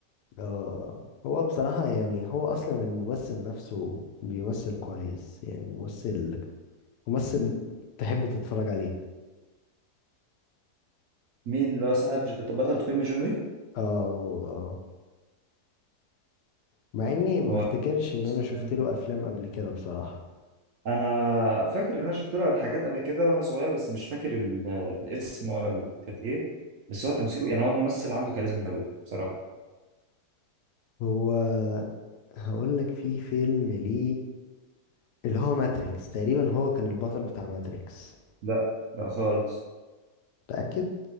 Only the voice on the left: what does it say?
آه هو بصراحة يعني هو أصلا الممثل نفسه بيمثل كويس يعني ممثل ممثل تحب تتفرج عليه
اه هو اه مع إني ما
افتكرش إن
أنا شفت
له أفلام قبل كده بصراحة
هو هقول لك في فيلم ليه اللي هو ماتريكس تقريبا هو كان البطل بتاع ماتريكس
متأكد؟